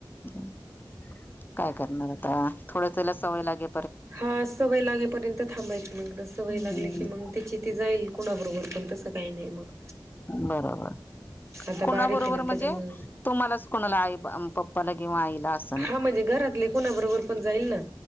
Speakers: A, on the left; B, on the right.
A: हं काय करणार आता थोडं तिला सवय लागे
B: हा सवय लागेपर्यंत थांबायची मग एकदा संवय
A: हम्म
B: लागली की मग तीची ती जाईल कुणाबरोबर पण तसं काही नाही मग.
A: बरोबर.
B: आता
A: कुणाबरोबर
B: बारीक आहे ना
A: म्हणजे
B: त्याच्यामुळे
A: तुम्हालाच कुणाला आई ब पप्पाला किंवा आईला अस
B: हा म्हणजे घरातले कोणाबरोबर पण जाईल ना.